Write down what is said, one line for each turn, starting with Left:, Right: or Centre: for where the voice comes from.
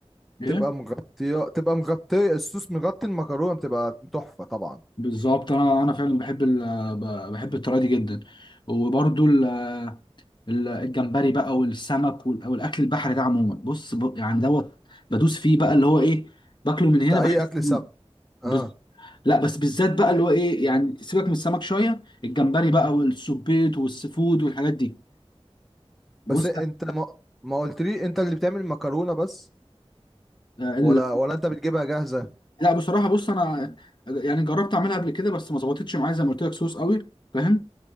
Left: ايه
Centre: تبقى مغطية تبقى مغطية الصوص مغطي المكرونة بتبقى تحفة طبعا
Left: بالظبط انا انا فعلا بحب ال... ب- بحب الطريقه دي جدا وبرده ال... ال- الجمبري بقى والسمك وال... والاكل البحري ده عموما بص ب... يعني دوت بدوس فيه بقى اللي هو ايه باكله من
Centre: انت
Left: هنا
Centre: اي
Left: بحس
Centre: اكل سم
Left: بز...
Centre: اه
Left: لا بس بالذات بقى اللي هو ايه يعني سيبك من السمك شويه الجمبري
Centre: مم.
Left: بقى والسبيط والسفود والحاجات دي بص
Centre: بس انت ما ما قلتلي انت اللي بتعمل المكرونة بس
Left: ال-
Centre: ولا ولا انت بتجيبها جاهزة
Left: لا بصراحه بص انا يعني جربت اعملها قبل كده بس ما ظبطتش معايا زي ما قلت لك صوص قوي فاهم